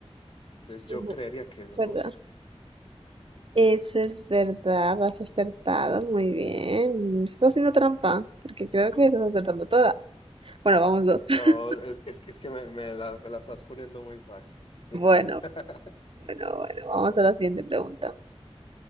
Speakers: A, on the left; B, on the right.
A: Entonces yo
B: Bu-
A: creería que es
B: ¿Verdad?
A: Rusia.
B: Eso es verdad, has acertado muy bien. Estás haciendo trampa, porque creo que estás acertando todas. Bueno, vamos dos. <laughs>
A: No, es, es que, es que me, me la, me la estás poniendo muy fácil.
B: Bueno,
A: <laughs>
B: bueno, bueno, vamos a la siguiente pregunta.